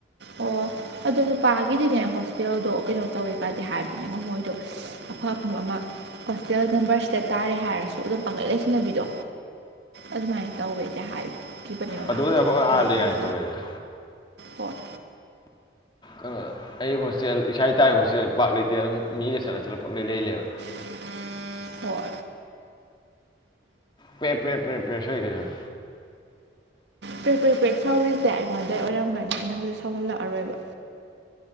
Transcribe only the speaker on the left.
ꯑꯗꯨꯕꯨꯗꯤ ꯑꯩꯈꯣꯏ
ꯑꯥ ꯂꯩ ꯀꯥꯏꯅ
ꯇꯧꯔꯛꯏꯗ
ꯀꯩꯅꯣ ꯑꯩ ꯍꯣꯁꯇꯦꯜ ꯏꯁꯥ ꯏ ꯇꯥꯕ ꯍꯣꯁꯇꯦꯜ ꯄꯥꯛ ꯂꯩꯇꯦ ꯑꯗꯨꯝ ꯃꯤꯗ ꯆꯠꯂ ꯆꯠꯂꯄ ꯂꯩꯂꯦꯕ
ꯄꯦ ꯄꯦ ꯄꯦ ꯄꯦ ꯀ